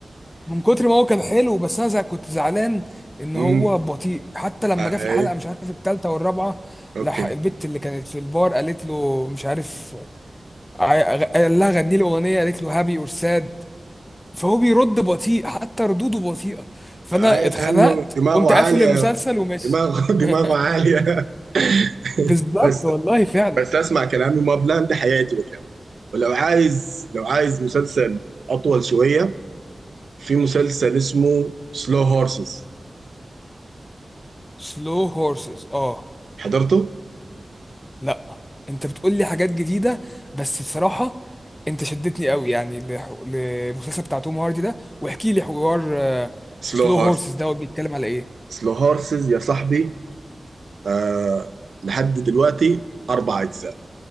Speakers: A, on the left; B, on the right.
A: من كتر ما هو كان حلو بس انا زع- كنت زعلان ان
B: امم
A: هو بطيء حتى لما
B: اي
A: جه في الحلقه مش عارف الثالثه والرابعه
B: اوكي
A: لح... البت اللي كانت في البار قالت له مش عارف ع- غ- قال لها غني له اغنيه قالت له هابي اور ساد فهو بيرد بطيء حتى ردوده بطيئه فانا
B: آه
A: اتخنقت
B: لانه دماغه
A: قمت
B: عاليه
A: قافل المسلسل وماشي
B: دماغه <laughs> دماغه
A: <laughs>
B: عاليه <laughs>
A: بالظبط
B: بس
A: والله فعلا
B: بس اسمع كلامي ما بلاند حيعجبك يعني ولو عايز لو عايز مسلسل اطول شويه في مسلسل اسمه سلو هورسز
A: سلو هورسز اه
B: حضرته
A: لا انت بتقول لي حاجات جديده بس بصراحه انت شدتني قوي يعني لح- للمسلسل بتاع توم هاردي ده واحكي لي حوار سلو
B: سلو
A: هورسز
B: هورسز
A: دوت بيتكلم على ايه
B: سلو هورسز يا صاحبي آه لحد دلوقتي اربع اجزاء